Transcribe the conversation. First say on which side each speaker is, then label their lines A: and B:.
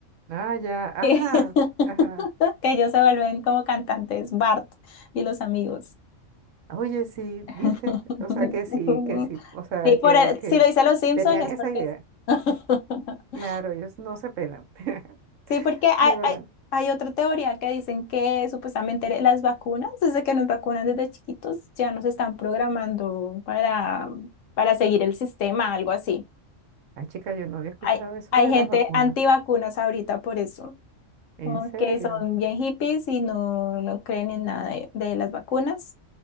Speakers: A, on the right; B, on the left.
A: Ah, ya, ajá,
B: Que, <laughs>
A: ajá.
B: que ellos se vuelven como cantantes, Bart y los amigos.
A: Oye, sí,
B: <laughs>
A: viste, o sea, que sí, que sí, o sea,
B: Sí,
A: que,
B: por el-
A: que
B: si lo dice Los Simpsons
A: tenían
B: es
A: esa
B: porque...
A: idea.
B: <laughs>
A: Claro, ellos no se pelan, <laughs>
B: Sí, porque hay,
A: de verdad.
B: hay, hay otra teoría que dicen que supuestamente las vacunas, desde que nos vacunan desde chiquitos, ya nos están programando para, para seguir el sistema, algo así.
A: Ay, chica, yo no había escuchado
B: Hay,
A: eso
B: hay
A: de
B: gente
A: las vacunas.
B: antivacunas ahorita por eso,
A: ¿En
B: como
A: serio?
B: que son bien hippies y no, no creen en nada de, de las vacunas,